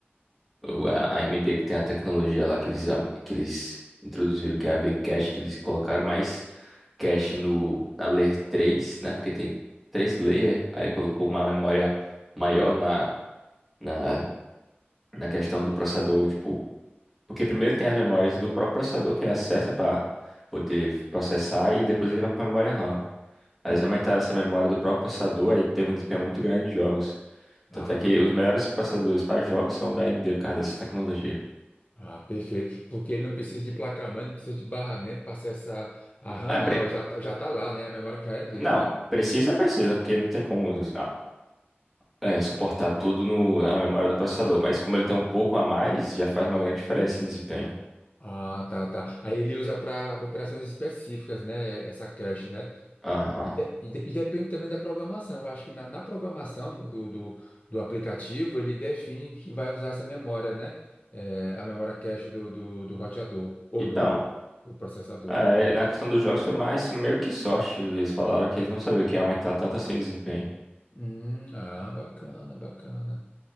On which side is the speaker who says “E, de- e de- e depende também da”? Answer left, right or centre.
Left